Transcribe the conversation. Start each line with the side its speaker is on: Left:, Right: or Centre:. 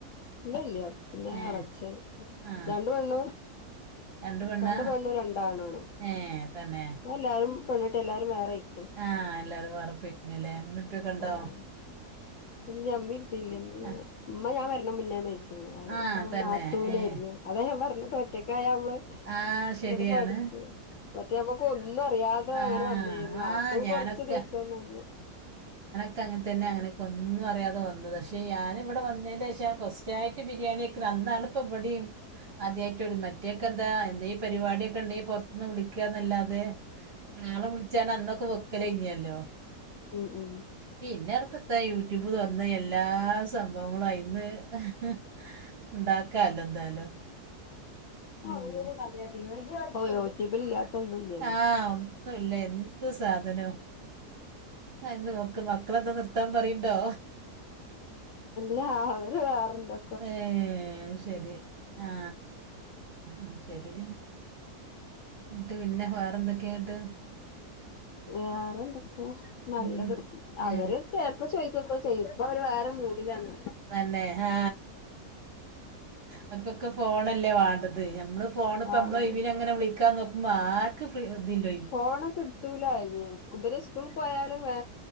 Left: ഇല്ല ഇല്ല പിന്നെ
Right: ഏ
Left: എളച്ചൻ
Right: ആ
Left: രണ്ട് പെണ്ണും
Right: രണ്ട് പെണ്ണാ
Left: രണ്ട്പെണ്ണും രണ്ടാണും
Right: ഏ തന്നെ
Left: എല്ലാവരും പെണ്ണ് കെട്ടി എല്ലാരും വേറെപോയിട്ടുണ്ട്
Right: ആഹ് എല്ലാവരും വേറെ പെയ്ക്ക്ണ്ല്ലേ. ഉമ്മയും ഉപ്പയും ഒക്കെണ്ടോ
Left: ആഹ് ഇല്ല ഇമ്മ ഇപ്പയുമില്ല.
Right: ആ
Left: ഇമ്മ ഞാൻ വരുന്നതിന്റെ മുന്നേ മരിച്ച്ക്ക്ണ്. ഞാൻ വരുമ്പോ
Right: ആ, തന്നെ
Left: നാത്തൂൻ
Right: ഏ
Left: ആയിരുന്നു അത ഞാൻ പറഞ്ഞത് ഒറ്റക്കായ ന മ്മള്
Right: ആ ശരിയാണ്
Left: അങ്ങട്ട് പഠിച്ചു മറ്റേ ആവുമ്പോൾ. എനിക്ക് ഒന്നും അറിയാതെ
Right: ആ
Left: അങ്ങനെ വന്നതായിരുന്നു നാത്തൂൻ
Right: ആ ഞാനൊക്കെ
Left: കൊറ്ച്ച് ദിവസം നിന്ന്.
Right: ഒക്കെ അങ്ങനെ തന്നെ അങ്ങനെയൊക്കെ ഒന്നും അറിയതെ വന്നത പക്ഷേ ഞാൻ. ഇവിടെ വന്നതിന് ശേഷം ഫസ്റ്റ് ആയിട്ട് ബിരിയാണി വെക്കണ അന്നാണ് ഇപ്പോ ഇവിടെയും ആദ്യായിട്ടൊള്ളു. മറ്റേക്കെന്താ എന്തേങ്കിലും പരിപാടിയൊക്കെപുറത്തു നിന്ന് വിളിക്കാന്നല്ലാതെ. ആളെ വിളിച്ചാണ് അന്നൊക്കെ വെക്കലേനിയല്ലോ.
Left: ഉം ഉം
Right: പിന്നെപ്പത്തെ യൂട്യൂബ് തുറന്ന എല്ലാ സംഭവങ്ങളും അയിന്ന്. ഉ ണ്ടാക്കാല്ലോ എന്തായാലും.
Left: <unintelligible> ഓ യൂട്യൂബ് യിൽ ഇല്ലാത്ത. ഒന്നുംല്ലല്ലോ
Right: ആഹ് ഒന്നും ല്ല എന്ത് സാധനം എന്ത് ഒക്ക മക്കളെന്താ നിർത്താൻ പറയ്ണ്ടോ.
Left: ആഹ് ആഹ് വേറന്താ
Right: ഏഹ് ശരി ആഹ് ആഹ്. ശരി എന്നിട്ട് പിന്നെ വേറെ എന്തൊക്കെയായിട്ട്.
Left: വേറെന്തൊക്കെയാ നല്ലത്
Right: ഉം.
Left: അവര്
Right: ഏ
Left: ചേർ ഇപ്പൊ ചോയ്ക്കോക്കെ ചെയ്യും. ഇപ്പൊ അവര് വേറെ മൂടിലാണ്.
Right: തന്നെ ആഹാ. അവർക്കൊക്കെ ഫോണല്ലേ വാണ്ടത്. നമ്മള് ഫോണ് ഇപ്പോ
Left: ആഹ്
Right: നമ്മള ഒഴിവിനങ്ങനെ വിളിക്കാ നോ. മാ എനിക്ക് ഫ്രീ ഒന്നുമില്ല
Left: ഫോണ് കിട്ടൂല. ഇവർ സ്കൂൾ പോയാലും വേ